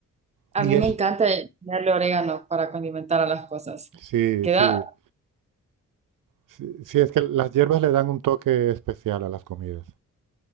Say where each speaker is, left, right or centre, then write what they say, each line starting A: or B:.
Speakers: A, on the right; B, on the right.
A: a
B: y
A: mí
B: es,
A: me encanta ponerle orégano para condimentar a las cosas.
B: sí,
A: Queda
B: sí, sí, sí, es que las hierbas le dan un toque especial a las comidas,